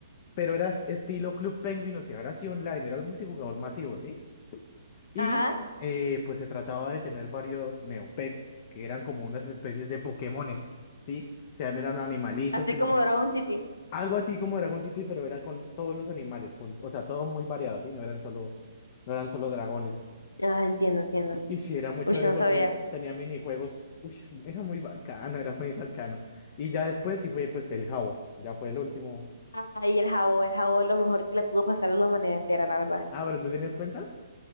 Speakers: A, on the left; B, on the left.
A: pero era est- estilo Club Penguin, o sea, era así online, era el multijugador masivo, ¿sí? Y
B: Ajá,
A: eh, pues se trataba de tener varios Neopets, que eran como unas especies de Pokémones, ¿sí? O sea, eran animalitos
B: así
A: que uno...
B: como Dragon City.
A: Algo así como Dragon City, pero era con todos los animales, punto. O sea, todo muy variado, ¿sí? No eran solo, no eran solo dragones.
B: Ah, entiendo, entiendo.
A: Y, y sí, era muy chévere
B: Uy, no
A: porque
B: sabía.
A: tenía minijuegos. Uy, era muy bacano, era muy bacano. Y ya después sí fue pues el Jabo, ya fue el último
B: Ay, el jabón, el jabón, lo mejor que le pudo pasar a la humanidad entera, la verdad.
A: Ah, pero ¿tú tenías cuenta?